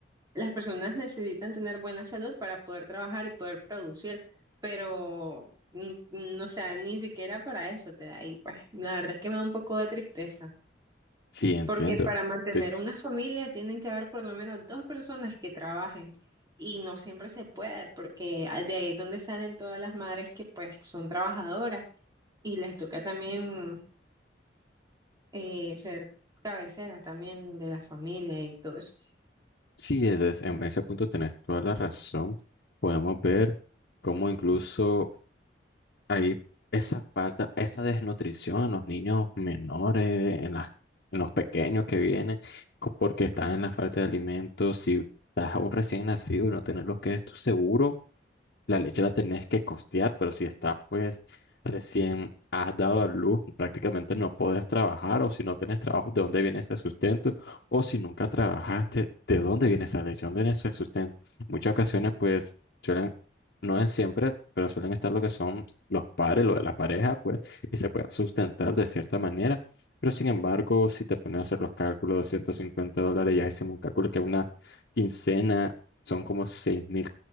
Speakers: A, on the right (about 20°); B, on the left (about 60°).
A: las personas necesitan tener buena salud para poder trabajar y poder producir, pero mm, mm, o sea, ni siquiera para eso te da ahí, pues. La verdad es que me da un poco de tristeza,
B: Sí, entiendo.
A: porque para mantener
B: Sí,
A: una familia tienen que haber por lo menos dos personas que trabajen y no siempre se puede, porque ah, de ahí es donde salen todas las madres que pues son trabajadoras y les toca también eh, ser cabecera también de la familia y todo eso.
B: sí, desde- en ese punto tenés toda la razón. Podemos ver cómo incluso Hay esa falta, esa desnutrición en los niños menores, en las, en los pequeños que vienen, co- porque están en la falta de alimentos. Si estás a un recién nacido y no tener lo que es tu seguro. La leche la tenés que costear, pero si está, pues, recién has dado a luz, prácticamente no podés trabajar, o si no tenés trabajo, ¿de dónde viene ese sustento? O si nunca trabajaste, ¿de dónde viene esa leche? ¿Dónde viene ese sustento? Muchas ocasiones, pues, suelen, no es siempre, pero suelen estar lo que son los padres, lo de la pareja, pues, y se pueden sustentar de cierta manera. Pero sin embargo, si te pones a hacer los cálculos de 150 dólares, ya hicimos un cálculo que una quincena son como seis mil.